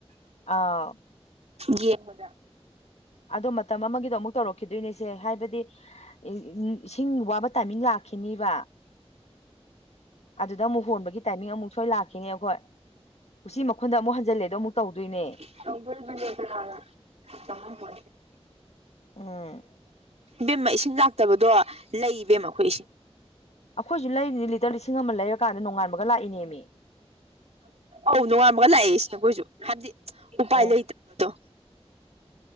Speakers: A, on the left; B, on the right.
A: ꯑꯥ
B: ꯌꯦꯡꯕꯗ
A: ꯑꯗꯣ ꯃꯇꯝ ꯑꯃꯒꯤꯗꯣ ꯑꯃꯨꯛ ꯇꯧꯔꯛꯈꯤꯗꯣꯏꯅꯦꯁꯦ ꯍꯥꯏꯕꯗꯤ ꯎ ꯏꯁꯤꯡ ꯋꯥꯕ ꯇꯥꯏꯃꯤꯡ ꯂꯥꯛꯈꯤꯅꯤꯕ ꯑꯗꯨꯗ ꯑꯃꯨꯛ ꯍꯣꯟꯕꯒꯤ ꯇꯥꯏꯃꯤꯡ ꯑꯃꯨꯛ ꯁꯣꯏ ꯂꯥꯛꯈꯤꯅꯦ ꯑꯩꯈꯣꯏ ꯎꯆꯤ ꯃꯈꯨꯟꯗ ꯑꯃꯨꯛ ꯍꯟꯖꯤꯜꯂꯦꯗ ꯑꯃꯨꯛ ꯇꯧꯗꯣꯏꯅꯦ
B: <unintelligible>
A: ꯎꯝ
B: ꯏꯕꯦꯝꯃ ꯏꯁꯤꯡ ꯂꯥꯛꯇꯕꯗꯣ ꯂꯩ ꯏꯕꯦꯝꯃ ꯑꯩꯈꯣꯏ ꯏꯁꯤꯡ
A: ꯑꯩꯈꯣꯏꯁꯨ ꯂꯩꯔꯤꯗꯤ ꯂꯤꯇꯔ ꯂꯤꯁꯤꯡ ꯑꯃ ꯂꯩꯔꯀꯥꯟꯗ ꯅꯣꯡꯉꯥꯟꯕꯒ ꯂꯥꯛꯏꯅꯦꯃꯤ
B: ꯧ ꯅꯣꯡꯉꯥꯝꯃꯒ ꯂꯥꯛꯑꯦꯁꯦ ꯑꯩꯈꯣꯏꯁꯨ ꯍꯥꯏꯗꯤ ꯎꯄꯥꯏ
A: ꯑꯣ
B: ꯂꯩꯇꯕꯗꯣ